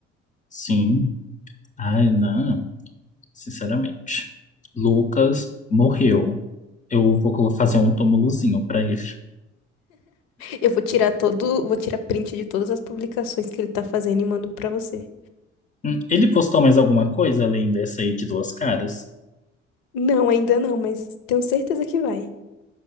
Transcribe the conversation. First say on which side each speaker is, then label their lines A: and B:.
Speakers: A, on the left; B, on the left.
A: sim. Ai, não. Sinceramente. Lucas morreu. Eu vou colo- fazer um túmulozinho pra ele.
B: Eu vou tirar todo, vou tirar print de todas as publicações que ele tá fazendo e mando pra você.
A: Hum, Ele postou mais alguma coisa além dessa aí de duas caras?
B: Não, ainda não, mas tenho certeza que vai.